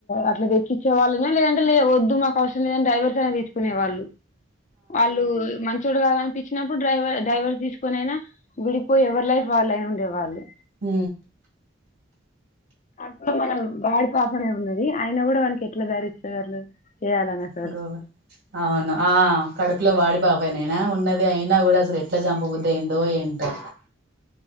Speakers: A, on the left (about 40°); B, on the right (about 55°).
A: అట్లా తెచ్చిచ్చే వాళ్ళనే లేదంట లేదు వద్దు మాకు అవసరం లేదని డైవర్స్ అన్న తీసుకునేవాళ్ళు వాళ్ళు మంచోడు కాదంట ఇచ్చినప్పుడు డైవర్ డైవర్స్ తీసుకొని అయిన విడిపోయి ఎవరి లైఫ్ వాళ్ళయినా ఉండే వాళ్ళు
B: ఊ
A: కడుపులో వాడి పాపనే ఉన్నది అయిన కూడా వానకి ఎట్లా <unintelligible> అసలు
B: గోరం అవును ఆ కడుపులో వాడిపోపైనయినా ఉన్నది అయినా కూడా అసలు ఎట్లా చంపబుద్ధి అయిందో ఏంటో